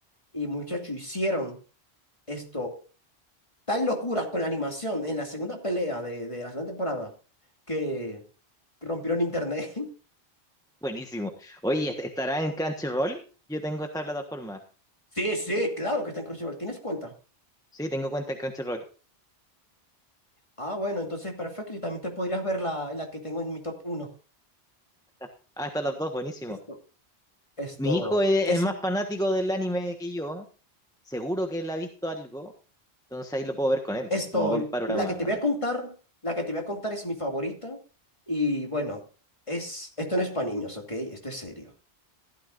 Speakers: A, on the left; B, in the centre.
A: y muchachos hicieron esto, tal locura con la animación en la segunda pelea de, de la segunda temporada que rompieron internet. <laughs>
B: Buenísimo. Oye, ¿est- ¿estará en Crunchyroll? Yo tengo esta plataforma.
A: Sí, sí, claro que está en Crunchyroll, ¿tienes cuenta?
B: Sí, tengo cuenta en Crunchyroll.
A: Ah, bueno, entonces perfecto. Y también te podrías ver la, la que tengo en mi top uno.
B: <laughs> Ah, están las dos, buenísimo.
A: Esto, esto,
B: Mi hijo es,
A: es,
B: es más fanático del anime que yo, seguro que él ha visto algo, entonces ahí lo puedo ver con él,
A: esto,
B: como un buen panorama
A: la que te voy
B: de...
A: a contar, la que te voy a contar es mi favorita. Y bueno, es, esto no es para niños, ¿ok? Esto es serio.